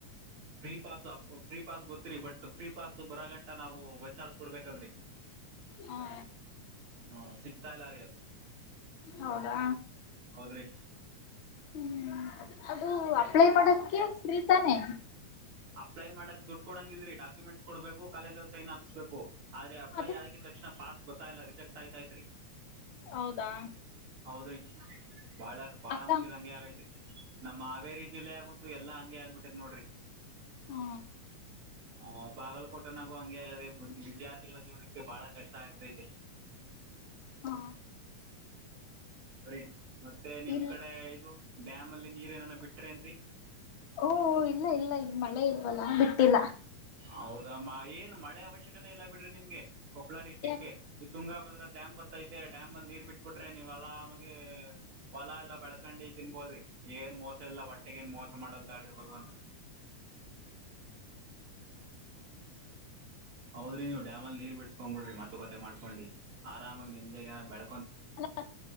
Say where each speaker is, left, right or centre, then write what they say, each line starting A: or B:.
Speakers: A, on the right; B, on the left.
A: ಫ್ರೀ ಪಾಸ್ ಫ್ರೀ ಪಾಸ್ ಗೊತ್ತರಿ ಬಟ್ ಫ್ರೀ ಪಾಸ್ ಬರಂ. ನಾವು ಬಸ್ಾರ್ಸ್ ಕೊಡ್ಬೇಕಲ್ರೀ
B: ಹ
A: ಹ ಸಿಗ್ತಾ ಇಲ್ಲ ರೀ ಅದು.
B: ಹೌದಾ.
A: ಹೌದ್ರಿ
B: ಹ್ಮ್ ಅದು ಅಪ್ಲೈ ಮಾಡದಕ್ಕೆ ಫ್ರೀ ತಾನೆ.
A: ಅಪ್ಲೈ ಮಾಡಕಕ್ ದುಡ್ಡು ಕೊಡಂಗಿದ್ರ ಡಾಕ್ಯುಮೆಂಟ್ಸ್ ಕೊಡ್ಬೇಕು ಕಾಲೇಜ ಅಲ್ಲಿ ಸೈನ್ ಹಾಕ್ಸ್ಬೇಕು. ಆದ್ರೆ ಅಪ್ಲೈ
B: ಅದು
A: ಆಗಿದ ತಕ್ಷಣ ಪಾಸ್ ಗೊತ್ತಾ ಇಲ್ಲ ರಿಜೆಕ್ಟ್ ಆಯ್ತಾೈತ್ರಿ.
B: ಹೌದಾ.
A: ಹೌದ್ರಿ ಬಾಳ ಬಾಳ
B: ಅಕ್ಕ
A: ಮಂದಿ ಹಂಗೆ ಆಗೈತಿ. ನಮ್ಮ್ಾವೇರಿ ಜಿಲ್ಲೆ ಆಗುಂತು ಎಲ್ಲ ಹಂಗೆ ಆಗ್ಬಿಟ್ಟೇ್ ನೋಡ್ರಿ.
B: ಹಾ
A: ಹ ಬಾಗಲಕೋಟೆನಾಗು ಹಂಗೆ ಆಗದೆ ವಿದ್ಯಾರ್ಥಿಗಳ ಜೀವನಕ್ಕೆ ಬಹಳ ಕಷ್ಟ ಆಗ್ತೈದೆ.
B: ಹಾ-
A: ರಿ ಮತ್ತೆ ನಿಮ್
B: ಇಲ್
A: ಕಡೆ ಇದು ಡ್ಯಾಮ್ ಅಲ್ಲಿ ನೀರ್ ಏನಾನ ಬಿಟ್ರ ಏನ್ರಿ.
B: ಹಓ ಇಲ್ಲ ಇಲ್ಲ ಈಗ ಮಳೆ ಇಲ್ವಲ್ಲ ಬಿಟ್ಟಿಲ್ಲ.
A: ಹೌದಮ್ಮ ಏನ್ ಮಳೆ ಅವಶ್ಯಕತೆ ಇಲ್ಲ ಬಿಡ್ರಿ ನಿಮ್ಗೆ ಕೊಪ್ಪಳ ಡಿಸ್ಟ್ರಿಕ್ಗೆ.
B: ಯಾಕ
A: ಈ ತುಂಗಾಭದ್ರ ಡ್ಯಾಮ್ ಬತ್ತೈತೆ ಡ್ಯಾಮ್ ಅಲ್ಲಿ ನೀರ್ ಬಿಟ್ಬಿಟ್ರೆ ನೀವ ಅಲಾಮಗೆ. ಹೊಲ ಎಲ್ಲ ಬೆಳ್ಕಂಡಿ ತಿನ್ಬೋದ್ರಿ ಏನ್ ಮೋಸ ಇಲ್ಲ ಹೊಟ್ಟೆಗ ಏನ್ ಮೋಸ ಮಾಡಲ್ದಾಡ್ರಿ ಭಗವಂತ. ಹೌದ್ರಿ ನೀವು ಡ್ಯಾಮ ಅಲ್ಲಿ ನೀರ್ ಬಿಡ್ಸ್ಕ್ಂಬ ಬಿಡ್ರಿ ಮತುಕತೆ ಮಾಡ್ೊಂಡು ಆರಾಮಾಗಿ ನಿಮ್ದೇಏ ಬೆಳ.
B: <unintelligible>